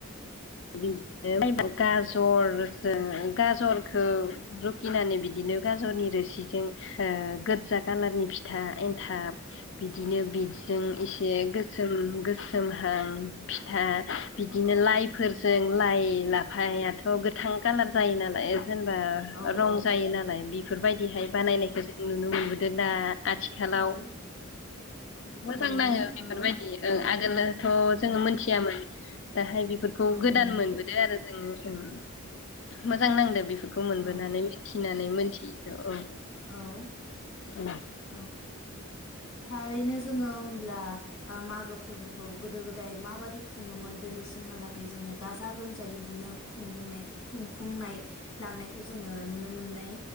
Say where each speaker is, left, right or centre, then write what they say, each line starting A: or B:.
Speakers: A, on the left; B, on the left.
A: बिदिनो गाजरजों गाजरखौ रुखिनानै बिदिनो गाजरनि रोसिजों ओ गोजा खाालारनि फि था
B: औ
A: एन्थाब बिदिनो बि जों इसे गोसोम गोसोमहां फिथा बिदिनो
B: औ
A: लाइ लाइ लाफायाथ' गोथां कालार जायो नालाय जेनबा
B: औ
A: रं
B: औ
A: जायो नालाय बेफोरबायदिहाय बानायनायखौ
B: औ
A: जों नुनो मोबो <unintelligible> आथिखालाव
B: औ
A: मोजां
B: थारैनो
A: नाङो बेफोरबायदि
B: औ
A: आगोलोथ'
B: औ
A: जोङो मोनथियामोन दाहाय बि खौ
B: औ
A: गोदान
B: नंगौ
A: मोनबोदो आरो जोङो उम मोजां नांदो बे फोरखौ मोनबोनानै
B: औ
A: मिथिनानै मोनथियिखौ औ
B: औ
A: औ
B: औ थारैनो जोङो होमब्ला मागो फोरबोखौ गोदो गोदाय माबादि खुङोमोन दिनैसिमहालागै जोङो गाजा गोमजायै बिदिनो खुंफुंनाय लांनायखौ जोङो नुनो मोननाय